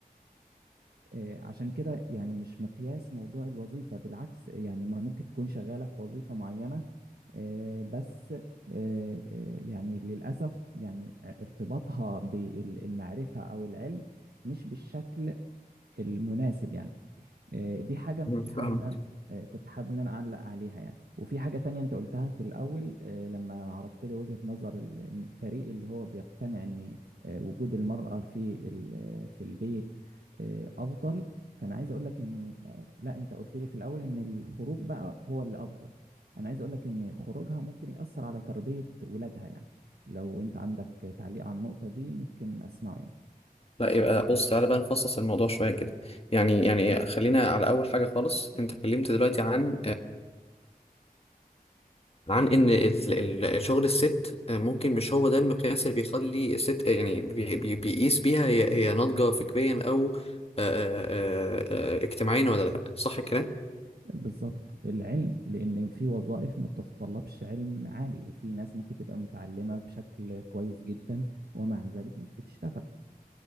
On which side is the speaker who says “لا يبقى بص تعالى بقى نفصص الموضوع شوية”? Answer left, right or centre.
Left